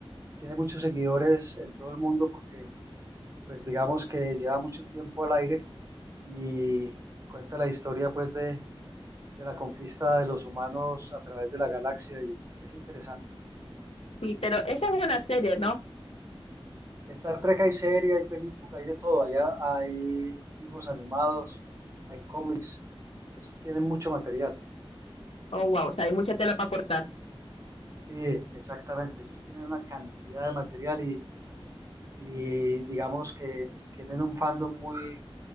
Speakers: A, on the right (about 30°); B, on the left (about 75°).
A: tiene muchos seguidores en todo el mundo porque pues digamos que lleva mucho tiempo al aire y, y cuenta la historia pues de, de la conquista de los humanos a través de la galaxia y es interesante.
B: Sí, pero esa es una serie, ¿no?
A: Star Trek hay serie, hay película, hay de todo, allá hay dibujos animados, hay cómics, esos tienen mucho material.
B: Oh, wow, o sea, hay mucha tela para cortar.
A: Sí, exactamente, ellos tienen una cantidad de material y, y digamos que tienen un fandom muy,